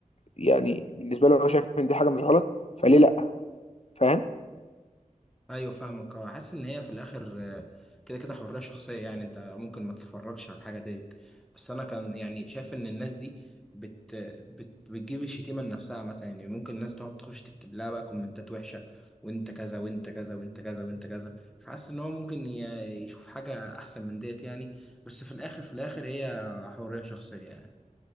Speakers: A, on the left (about 50°); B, in the centre.
A: يعني بالنسبه له هو شايف ان دي حاجه مش غلط فليه لا فاهم
B: ايوه فاهمك اه حاسس ان هي في الاخر آه، كده كده حريه شخصيه يعني انت ممكن ما تتفرجش على الحاجه ديت بس انا كان يعني شايف ان الناس دي بت بت بتجيب الشتيمه لنفسها مثلا يعني ممكن الناس تقعد تخش تكتب لها بقى كومنتات وحشه وانت كذا وانت كذا وانت كذا وانت كذا فحاسس ان هو ممكن ي- يشوف حاجه احسن من ديت يعني بس في الاخر في الاخر هي حريه شخصيه يعني